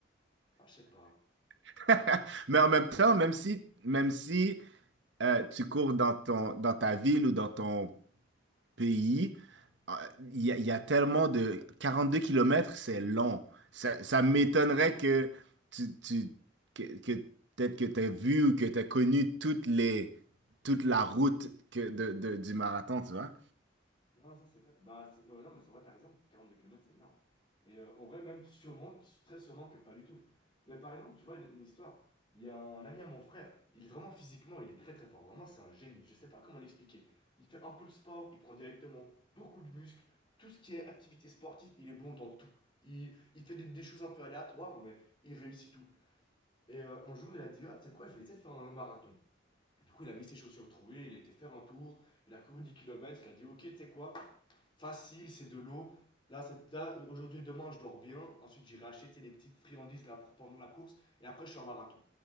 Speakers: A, on the left (about 25°); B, on the right (about 75°).
A: bah, je sais pas.
B: <laughs> Mais en même temps, même si, même si euh, tu cours dans ton, dans ta ville ou dans ton pays, euh, il y, a il y a tellement de... 42 kilomètres, c'est long. Ça, ça m'étonnerait que tu, tu- que, que peut-être que tu as vu ou que tu as connu toutes les, toute la route que de, de- du marathon, tu vois.
A: Non, ça c'est vrai. Bah, c'est- ouais, non, mais c'est vrai, t'as raison. 42 km, c'est énorme. Et euh, en vrai, même sûrement, très sûrement que pas du tout. Mais par exemple, tu vois, une, une histoire. Il y a un ami à mon frère, il est vraiment physiquement, il est très très fort. Vraiment, c'est un génie. Je sais pas comment l'expliquer. Il fait un peu le sport, il prend directement beaucoup de muscles. Tout ce qui est activité sportive, il est bon dans tout. Il, il fait des, des choses un peu aléatoires, mais il réussit tout. Et euh, un jour, il a dit Ah, tu sais quoi, je vais essayer de faire un marathon. Du coup, il a mis ses chaussures trouées, il a été faire un tour, il a couru 10 kilomètres, il a dit Ok, tu sais quoi, facile, c'est de l'eau. Là, là, aujourd'hui et demain, je dors bien. Ensuite, j'irai acheter tu des petites friandises là, pour pendant la course. Et après, je fais un marathon.